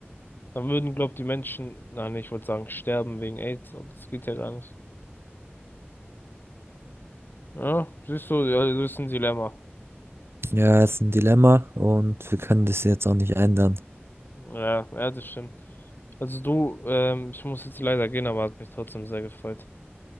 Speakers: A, on the left (about 50°); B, on the right (about 65°).
A: Dann würden, glaub, die Menschen, nein ich wollte sagen, sterben wegen AIDS, aber das geht ja gar nicht. Ja, siehst du, ja, das ist ein Dilemma.
B: Ja, ist ein Dilemma und wir können das jetzt auch nicht ändern.
A: Ja, ja, das stimmt. Also du, ähm, ich muss jetzt leider gehen, aber hat mich trotzdem sehr gefreut.